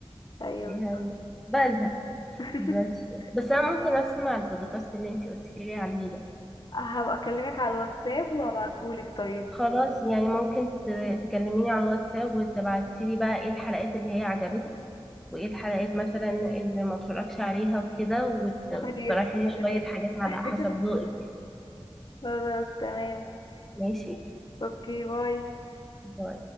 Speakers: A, on the left (about 50°); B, in the centre.
A: ايوه
B: يعني
A: بالظبط
B: بزهق
A: <laughs>
B: بس بس انا ممكن اسمع البودكاست اللي انتي قلتي لي عليه ده
A: هبقى اكلمك على الواتساب وابعتهولك طيب
B: خلاص يعني ممكن ت- تكلميني على الواتساب وتبعتي لي بقى ايه الحلقات اللي هي عجبتك وايه الحلقات مثلا اللي ما اتفرجش عليها وكده وتقترحي
A: فاضية جدا
B: لي
A: خلي
B: شوية
A: بالك.
B: حاجات على حسب ذوقك
A: <laughs> خلاص تمام
B: ماشي
A: اوكي باي
B: باي